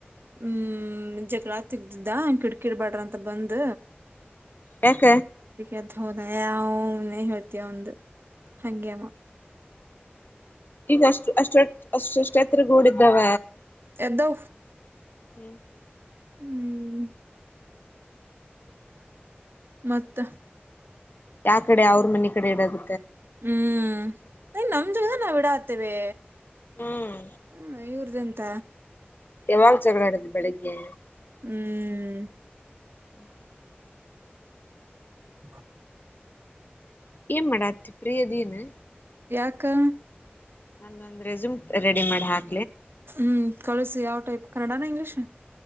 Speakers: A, on the right; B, on the left.
A: ಹ್ಮ್ ಜಗ್ಲಾ ತೆಗ್ದಿದ್ದ ಕಿಡ್ಕಿಡ್ಬಾಡ್ರ ಅಂತ ಬಂದ
B: ಯಾಕ
A: ಅ ಹೋದ ಅವನೇ ಹೇಳ್ತಯ ಒಂದು ಹಾಗೆಮ್ಮ.
B: ಈಗ ಅಷ್ಟು ಅಷ್ಟ ಅಷ್ಟಷ್ಟ ಎತ್ರಡಿದ್ದಾವ
A: <unintelligible>
B: ಹ್ಮ್
A: ಹ್ಮ್ ಮತ್ತ
B: ಯಾವ ಕಡೆ ಅವ್ರ ಮನೆ ಕಡೆ ಇಡೋದ.
A: ಹ್ಮ್ ಅಯ್ ನಮ್ ಜಗದ ನಾವ್ ಇಡಕ್ ಆತೇವೆ
B: ಹ್ಮ್
A: ಹ್ಮ ಇವ್ರ್ದಂತ
B: ಯಾವಾಗ್ ಜಗಳ ಆಡಿದ್ವಿ ಬೆಳಿಗ್ಗೆ
A: ಹ್ಮ್
B: ಹ್ಮ್ <unintelligible>
A: ಹಾ <unintelligible>
B: ಏನ್ ಮಾಡಾತಿ ಫ್ರೀ ಇದೀನ್
A: ಯಕಾ
B: ನ ಒಂದ ರೆಝುಮ್ ರೆಡಿ ಮಾಡಿ ಹಾಕ
A: ಹ್ಮ್ ಕಳಸಿ ಯಾವ ಟೈಪ್ ಕನ್ನಡಾನ ಇಂಗ್ಲೀಷ್